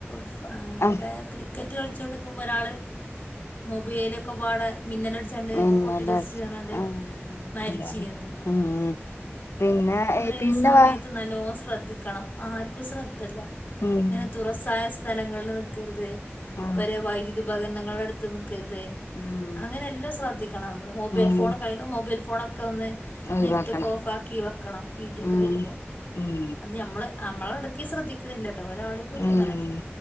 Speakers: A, on the left; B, on the left.
A: <unintelligible>
B: ആ
A: ക്രിക്കറ്റ് കളിച്ചോണ്ട് നിൽക്കും ഒരാൾ മൊബൈലൊക്കെ പാടെ മിന്നൽ അടിച്ചാണ്ട്
B: പിന്നല്ല
A: പൊട്ടി തെറിച് <unintelligible>
B: ആ
A: മരിച്ചുന്നല്ലോ
B: എന്താണ് ഉം പിന്നെ
A: ഈ
B: പിന്നെ
A: സമയത്ത്
B: വാ
A: നല്ലോ സ് ശ്രദ്ധിക്കണം ആർക്കും ശ്രദ്ധല്ല
B: ഉം
A: ഇങ്ങനെ തുറസായ സ്ഥലങ്ങളിൽ നിൽക്കരുത്
B: ആ
A: അപ്പര് വൈദ്യുതി ഉപകരണങ്ങളുടെ അടു ത്ത് നി ൽക്കരുത്
B: ഉം
A: അങ്ങനെല്ലാം ശ്രദ്ധിക്കണം നമ്മൾ മൊബെൽ
B: ഉം
A: ഫോൺ മൊബൈൽ ഫോണാ ഒക്കെ ഒന്ന്
B: ഒഴിവാക്കണം
A: നെറ്റൊക്കെ ഓഫാക്കി വെക്കണം ഇടിയൊക്കെ
B: ഉം
A: വരുമ്പോൾ
B: ഉം
A: അത് നമ്മൾ അമ്മള് ഇടക്കി ശ്രദ്ധിക്കണില്ല ഒരാളേം കുറ്റം
B: ഉം
A: പറയാൻ പറ്റൂല